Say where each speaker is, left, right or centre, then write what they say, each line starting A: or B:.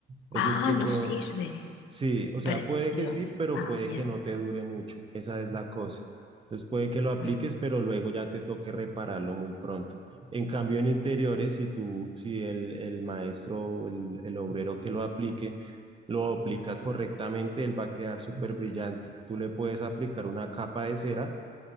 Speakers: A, on the right; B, on the left.
A: Ese
B: Ah,
A: estuco,
B: no sirve
A: Sí, o sea,
B: para exteriores.
A: puede que sí, pero
B: Ah,
A: puede
B: ya.
A: que no te dure mucho. Esa es la cosa. Entonces puede que lo apliques,
B: Ah,
A: pero luego ya te toque repararlo muy pronto. En cambio, en interiores, si tú, si el, el maestro, o el, el obrero que lo aplique, lo aplica correctamente, él va a quedar súper brillante. Tú le puedes aplicar una capa de cera